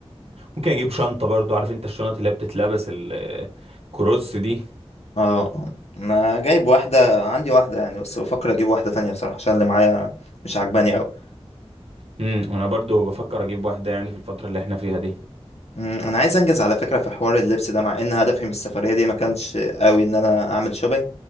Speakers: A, on the right; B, on the left.
A: ممكن اجيب شنطة برضو عارف انت الشنط اللي هي بتتلبس ال- الكروس دي
B: اه انا جايب واحدة عندي واحدة يعني بس بفكر اجيب واحدة تانية بصراحة عشان اللي معايا مش عجباني قوي
A: امم وانا برضو بفكر اجيب واحدة يعني في الفترة اللي احنا فيها دي
B: انا عايز انجز على فكرة في حوار اللبس ده مع ان هدفي من السفرية دي ما كانش قوي ان انا اعمل شوبينج